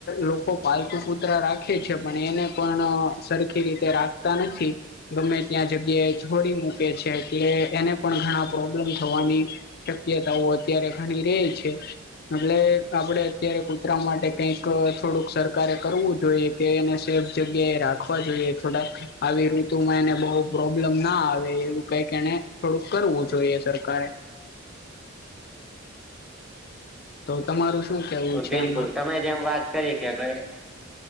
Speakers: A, on the left; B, in the centre.
A: લોકો પાલતુ કુતરા રાખે છે પણ એને પણ સરખી રીતે રાખ નથી ગમે ત્યાં જગ્યાએ છોડી મૂકે છે એટલે એને પણ ઘણા પ્રોબ્લેમ થવાની શક્યતાઓ અત્યારે ઘણી રે છે. - એટલે આપડે અત્યારે કુતરા માટે કઈક થોડુંક સરકારે કરવું જોઈએ. - કે એને સેફ જગ્યા એ રાખવા જોઈએ થોડાક આવી ઋતુમાં એને બહ પ્રોબ્લેમ ના આવે એવું કઈક એને થોડુંક કરવું જોઈએ સરકારે. - તો તમારું શું કેવું છે
B: બિલકુલ
A: એમાં
B: તમે જેમ વાત કરિ કે ભાઈ